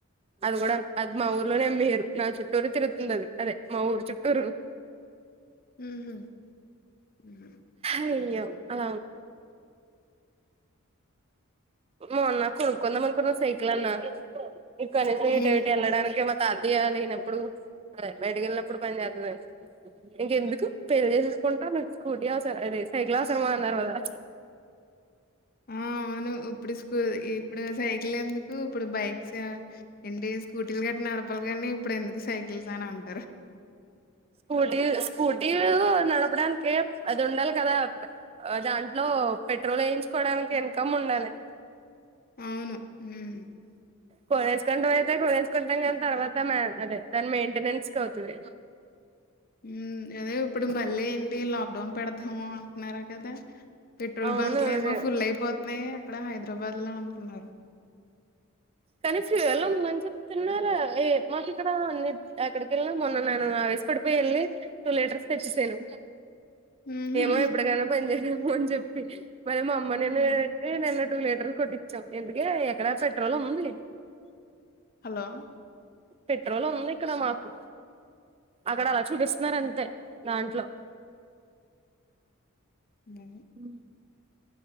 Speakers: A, on the right; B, on the left.
A: అది కూడా అది మా ఊర్లోనే అమ్మెహారు నాచుట్టూరు తిరుగుతుంది అది అదే మా ఊరు చుట్టూరు.
B: హు హ్మ్
A: అయ్యో ఆ. మొన్న కొనుక్కుందామనుకున్న సైకిల్ అన్న. ఇక్కనుంచి
B: హ్మ్.
A: ఎటెటు ఎల్లాడానీకైన. తాతయ్య లేనప్పుడు అదే బయటకి వెళ్ళినప్పుడు పన్జెత్తది ఇంకెందుకు పెల్లే చేసేసుకుంటాను స్కూటీ అవస అదే సైకిల్ అవసరమా అన్నారు గదా.
B: ఆ అవును ఇప్పుడు స్కూ ఇప్పుడు సైకిల్ ఎందుక్. ఉమ్ ఇప్పుడు బైక్స్ ఆ ఏంటి స్కూటీలు గట్టి నడపాలి గానీ. ఇప్పుడెందుకు సైకిల్స అనంటారు.
A: స్కూటీ స్కూటీలు. నడపడానికే అది ఉండాలి కదా దాంట్లో పెట్రోల్ ఎయించుకోడానికి ఇన్కమ్ ఉండాలి.
B: అవును ఉమ్.
A: కొనేస్కుంటాం ఐతే కొనేస్. కుంటాం గాని తర్వాత మాంటాదీ దాని మెయింటెనెన్స్ కి అవుతుంది.
B: ఉమ్ అదే ఇప్పుడు మళ్ళీ ఏంటి లాక్డౌన్ పెడతాము అంటున్నరూ కదా. పెట్రోల్
A: అవును
B: బంక్లు ఏమో
A: అదే
B: ఫుల్ ఐపోత్నయ్ అక్కడ హైదరాబాద్ లో. ఉన్నారు.
A: తనీసి ఎలా మంచి. తన్నారా ఏ మాక్ ఇక్కడ ఎక్కదికెళ్ళం మొన్న న్నను ఆవేశపడిపోయి వెళ్ళి టూ లీటర్స్ తెచ్చేసాను.
B: హుహు.
A: ఏమో ఎప్పడికైనా పన్ జయ్. తేమ అని చెపి మరి మా అమ్మ నేను
B: హ్మ్.
A: ఏంటే నన్ను టూ లీటర్లు కోటిచావ్ ఎందుకే ఎక్కడ పెట్రోల్ ఉంది
B: హలో
A: పెట్రోల్ ఉంది ఇక్కడ మాకు అక్కడ అలా చూపిస్తున్నారు అంతే దాంట్లో
B: మా
A: ఉ